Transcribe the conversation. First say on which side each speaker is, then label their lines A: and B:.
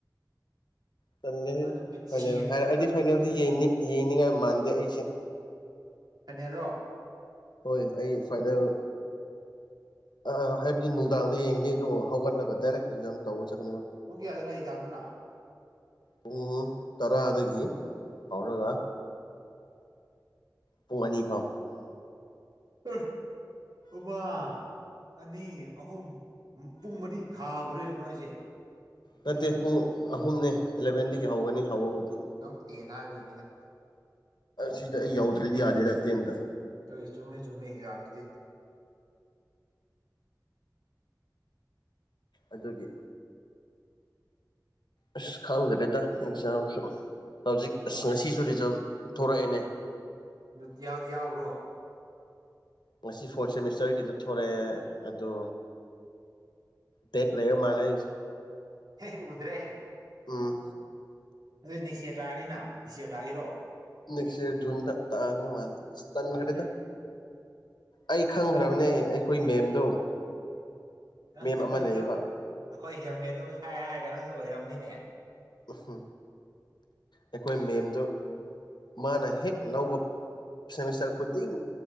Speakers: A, on the left (about 75°); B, on the right (about 65°).
A: ꯆꯜꯂꯦ
B: ꯂꯣꯏꯅ ꯕꯤꯠ
A: ꯐꯥꯏꯅꯦ
B: ꯁꯤꯔꯅꯦꯕ
A: ꯍꯥꯏꯔ ꯑꯩꯗꯤ
B: ꯇꯧꯔꯤꯁꯦ
A: ꯐꯥꯏꯅꯦꯜꯗꯤ ꯌꯦꯡꯅꯤꯡꯉꯥꯏ ꯃꯥꯟꯗꯦ ꯑꯩꯁꯦ
B: ꯐꯅꯦꯔꯣ
A: ꯍꯣꯏ ꯑꯩ ꯐꯥꯏꯅꯦꯜ ꯑ ꯍꯥꯏꯕꯗꯤ ꯅꯨꯡꯗꯥꯡꯗ ꯌꯦꯡꯉꯅꯤ ꯑꯗꯨꯕꯨ ꯍꯧꯒꯠꯂꯒ ꯗꯥꯏꯔꯦꯛ ꯑꯦꯛꯖꯥꯝ ꯇꯧꯕ ꯆꯠꯀꯅꯤꯕ
B: ꯄꯨꯡ ꯀꯌꯥ ꯑꯗꯨꯅ ꯑꯩꯖꯥꯝꯗꯨꯅ
A: ꯄꯨꯡ ꯇꯔꯥꯗꯒꯤ ꯍꯧꯔꯒ ꯄꯨꯡ ꯑꯅꯤ ꯐꯥꯎ
B: ꯄ ꯑꯃꯥ ꯑꯅꯤ ꯑꯍꯨꯝ ꯄꯨꯡ ꯃꯔꯤ ꯊꯥꯕ꯭ꯔꯣꯏ ꯅꯣꯏꯁꯦ
A: ꯅꯠꯇꯦ ꯄꯨꯡ ꯑꯍꯨꯝꯅꯦ ꯑꯦꯂꯕꯦꯟꯗꯒꯤ ꯍꯧꯒꯅꯤ ꯍꯧꯕꯕꯨꯗꯤ
B: ꯅꯪ ꯇꯦꯟ ꯍꯥꯏꯕꯒꯤꯅꯤꯗ
A: ꯁꯤꯗ ꯑꯩ ꯌꯥꯎꯗ꯭ꯔꯦꯗꯤ ꯌꯥꯗꯦꯅ ꯇꯦꯟꯗ
B: ꯑꯗꯨꯏ ꯆꯨꯝꯃꯦ ꯆꯨꯝꯃꯦ ꯑꯦꯛꯖꯥꯝꯗꯗꯤ
A: ꯑꯗꯨꯒꯤ ꯑꯁ ꯈꯪꯗ꯭ꯔꯦꯗ ꯑꯦꯛꯖꯥꯝꯁꯨ ꯍꯧꯖꯤꯛ ꯑꯁ ꯉꯁꯤꯁꯨ ꯔꯤꯖꯜ ꯊꯣꯔꯛꯑꯦꯅꯦ
B: ꯅꯨꯡꯇꯤꯌꯥꯗ ꯌꯥꯕ꯭ꯔꯣ
A: ꯉꯁꯤ ꯐꯣꯔꯠ ꯁꯦꯃꯤꯁꯇꯔꯒꯤꯗ ꯊꯣꯛꯂꯛꯑꯦ ꯑꯗꯣ ꯗꯦꯛ ꯂꯩꯕ ꯃꯥꯂꯦ ꯍꯥꯏꯁꯦ
B: ꯍꯦ ꯎꯗ꯭ꯔꯦ
A: ꯑꯣꯥ
B: ꯑꯗꯨ ꯦꯛꯁꯤꯌꯥ ꯇꯛꯑꯅꯤꯅ ꯅꯗꯤꯁꯁꯤꯔ ꯇꯥꯈꯤꯔꯣ
A: ꯅꯦꯛꯁ ꯏꯔ ꯨꯟꯗ ꯇꯥꯅꯤ ꯃꯥꯅꯦ ꯇꯅ
B: ꯐꯖꯩ
A: ꯈꯔꯗ ꯑꯩ ꯈꯪꯈ꯭ꯔꯕꯅꯦ ꯑꯩꯈꯣꯏ ꯃꯦꯝꯗꯣ
B: ꯅꯪ
A: ꯃꯦꯝ ꯑꯃ
B: ꯅꯪꯁꯨ
A: ꯂꯩꯌꯦꯕ
B: ꯑꯩꯈꯣꯏ ꯍꯦꯜꯃꯦꯠꯗꯣ ꯍꯥꯏ ꯍꯥꯏꯔꯒ ꯅꯪꯁꯨ ꯑꯣꯏꯔꯝꯅꯤꯅꯦ
A: ꯎ ꯑꯩꯈꯣꯏ ꯃꯦꯝꯗꯣ ꯃꯥꯅ ꯍꯦꯛ ꯂꯧꯕ ꯁꯦꯃꯤꯁꯇꯔ ꯈꯨꯗꯤꯡ